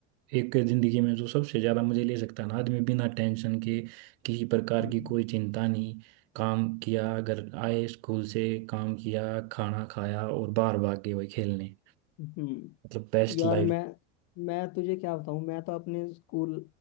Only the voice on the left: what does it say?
हम्म,
हम्म।
यार
मैं मैं तुझे क्या बताऊं मैं तो अपने स्कूल